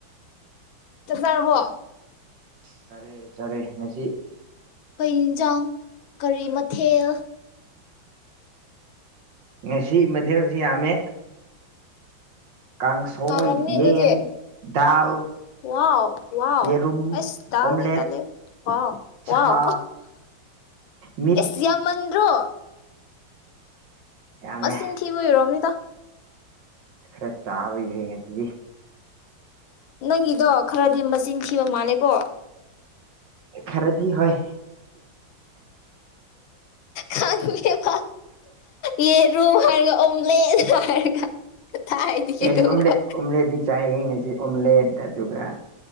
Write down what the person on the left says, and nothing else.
ꯆꯥꯛ ꯆꯥꯔꯕꯣ
ꯑꯩꯈꯣꯏ ꯌꯦꯟꯁꯥꯡ ꯀꯔꯤ ꯃꯊꯦꯜ
ꯍꯥꯎꯔꯝꯅꯤ
ꯑꯗꯨꯗꯤ
ꯋꯥꯎ ꯋꯥꯎ
ꯑꯁ ꯇꯥꯗꯤ
ꯇꯂꯦ ꯋꯥꯥꯎ
ꯋꯥꯎ
ꯑꯦꯁ ꯌꯥꯝꯃꯟ ꯑꯗꯨ꯭ꯔꯣ
ꯃꯆꯤꯟ ꯊꯤꯕ ꯑꯣꯏꯔꯝꯅꯤꯗ
ꯅꯪꯒꯤꯗꯣ ꯈꯔꯗꯤ ꯃꯆꯤꯟꯊꯤꯕ ꯃꯥꯜꯂꯦꯀꯣ
ꯈꯡꯉꯦꯕ ꯌꯦꯔꯨꯝ ꯍꯥꯢꯔꯒ ꯑꯣꯝꯂꯦꯠ ꯍꯥꯏꯔꯒ ꯀꯗꯥꯏꯗꯒꯤ
ꯑꯗꯨꯒꯨꯝꯕ